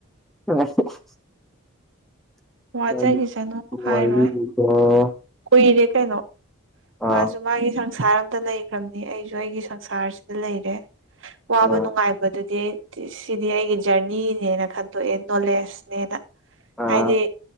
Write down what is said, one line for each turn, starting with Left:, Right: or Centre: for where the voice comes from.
Centre: <unintelligible>
Right: ꯋꯥꯖꯈꯤꯁꯅꯨ ꯍꯥꯏꯔꯣꯏ ꯀꯨꯏꯔꯦ ꯀꯩꯅꯣ
Centre: ꯑꯥ
Right: ꯃꯥꯁꯨ ꯃꯥꯒꯤ ꯁꯪꯁꯥꯔ ꯑꯝꯇ ꯂꯩꯈ꯭ꯔꯕꯅꯤ ꯑꯩꯁꯨ ꯑꯩꯒꯤ ꯁꯪꯁꯥꯔꯁꯤꯗ ꯂꯩꯔꯦ ꯋꯥꯕ
Centre: ꯑꯥ
Right: ꯅꯨꯡꯉꯥꯏꯕꯗꯨꯗꯤ ꯁꯤꯗꯤ ꯑꯩꯒꯤ ꯖꯔꯅꯤꯅꯦꯅ ꯈꯟꯗꯣꯛꯑꯦ ꯅꯣꯂꯦꯖꯅꯦꯅ
Centre: ꯑꯥ
Right: ꯍꯥꯏꯗꯤ